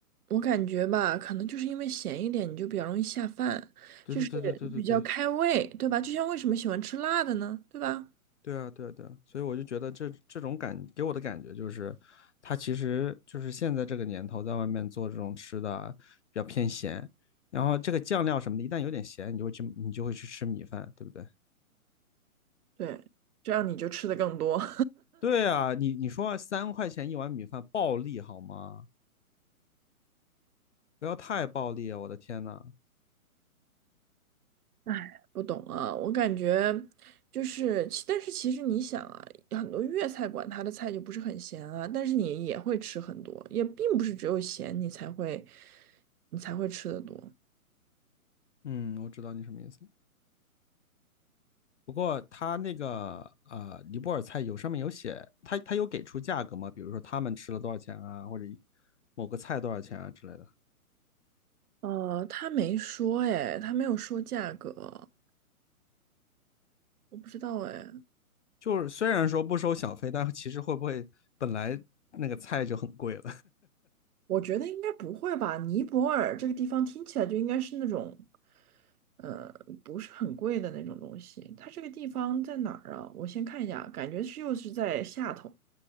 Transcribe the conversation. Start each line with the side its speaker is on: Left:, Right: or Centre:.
Right: 我感觉吧，可能就是因为咸一点，你就比较容易下饭，
Left: 对对对对对对对
Right: 就是比较开胃，对吧？就像为什么喜欢吃辣的呢？对吧？
Left: 对啊对啊对啊！所以我就觉得这这种感给我的感觉就是，它其实就是现在这个年头在外面做这种吃的啊比较偏咸，然后这个酱料什么的，一旦有点咸，你就会去你就会去吃米饭，对不对？
Right: 对，这样你就吃的更多。<laughs>
Left: 对啊，你你说三块钱一碗米饭暴利好吗？不要太暴利啊，我的天呐。
Right: 哎，不懂啊，我感觉就是，其但是其实你想啊，很多粤菜馆它的菜就不是很咸啊，但是你也会吃很多，也并不是只有咸你才会，你才会吃的多。
Left: 嗯，我知道你什么意思。不过他那个呃，尼泊尔菜有上面有写，他他有给出价格吗？比如说他们吃了多少钱啊，或者某个菜多少钱啊之类的。
Right: 呃，他没说哎，他没有说价格，我不知道哎。
Left: 就是虽然说不收小费，但其实会不会本来那个菜就很贵了？
Right: 我觉得应该不会吧？尼泊尔这个地方听起来就应该是那种，呃，不是很贵的那种东西。它这个地方在哪儿啊？我先看一下，感觉是又是在下头，